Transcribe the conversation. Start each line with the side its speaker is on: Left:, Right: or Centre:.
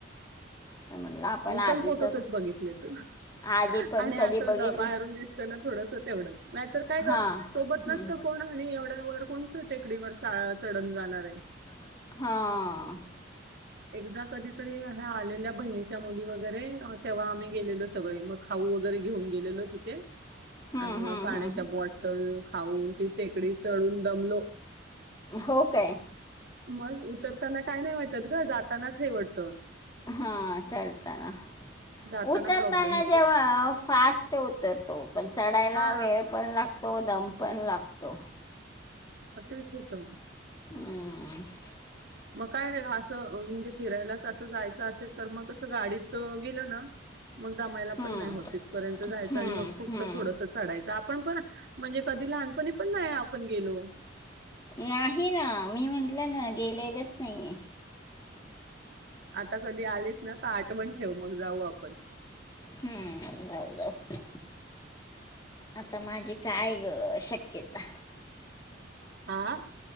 Left: तर म्हणलं आपण
Right: मी
Left: आधीचच
Right: पण फोटोतच बघितले त
Left: आधी पण
Right: आणि
Left: कधी
Right: अस
Left: बघितलं
Right: बाहेरून दिसताना थोडस तेवढंच नाहीतर काय
Left: हां.
Right: कर सोबत
Left: हं.
Right: नसतं कोण आणि एवढ्या वर कोण? आकडीवर चढून जाणार आहे. <inaudible>
Left: हा.
Right: एकदा कधीतरी्या आलेल्या बहिणी च्या मुली वगैरे तेव्हा आम्ही गेलेलो सगळे मग खाऊ वगैरे घेऊन गेलेलो तिथे.
Left: हं,
Right: आणि
Left: हं,
Right: म पाण्याच्या
Left: हं, हं.
Right: बॉटल खाऊन तिकडे. टेकडी चढून दमलो.
Left: हो काय?
Right: मग उतरताना काय नाही वाटल. जातानाच हे वाटत.
Left: हम्म चढताना.
Right: जाताना
Left: उतरताना
Right: प्रॉब्लेम होतो
Left: जेव्हा फास्ट उतरतो पण चढायला
Right: हा
Left: वेळ पण लागतो. दम पण लागतो.
Right: ह तेच होतं.
Left: <inaudible>
Right: मग काय वेगळं असं म्हणजे फिरायलाच असं. जायचं असेल तर मग कसं गाडीत गेल ना. <inaudible> मग दमायला
Left: हं,
Right: पण नाही होत इथपर्यंत जायचं
Left: हं,
Right: आणि मग फक्त
Left: हं.
Right: थोडस चढायचं आपण पण म्हणजे कधी लहानपणी पण नाही आपण गेलो.
Left: नाही ना मी म्हटलं ना गेलेलंच नाहीये
Right: आता कधी आलीच ना का आठवण ठेव मग जाऊ आपण
Left: हम्म जाऊ जाऊ आता माझी काय ग शक्यता
Right: आा